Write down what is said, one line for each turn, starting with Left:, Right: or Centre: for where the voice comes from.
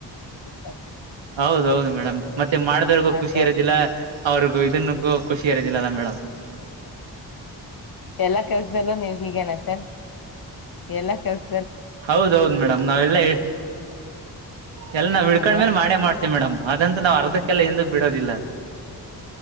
Left: ಸರ್
Right: ಹೌದೌದು ಮೇಡಮ್ ಮತ್ತೆ ಮಾಡಿದವರ್ಗೂ
Left: ಹಾ
Right: ಖುಷಿ
Left: ಸರ್
Right: ಇರೋದಿಲ್ಲ. ಅವ್ರಿಗೂ ಇದನ್ನುಕ್ಕೂ ಖುಷಿ ಇರೋದಿಲ್ಲ ಮೇಡಮ್.
Left: ಎಲ್ಲಾ ಕೆಲ್ಸದಲ್ಲೂ ನೀವ್ ಹೀಗೇನ ಸರ್ ಎಲ್ಲಾ ಕೆಲ್ಸ
Right: ಹೌದೌದು ಮೇಡಮ್ ನಾವೆಲ್ಲಾ ಹೇಳ. ಎಲ್ಲ ನಾವ ಹಿಳ್ಕೊಂಡ್ಮೇಲೆ
Left: ಹಲೋ
Right: ಮಾಡೇ ಮಾಡ್ತೀವಿ. ಮೇಡಮ್ ಅದಂತೂ ನಾವು ಅರ್ಧಕ್ಕೆಲ್ಲ ಎಂದೂ ಬಿಡೋದಿಲ್ಲ.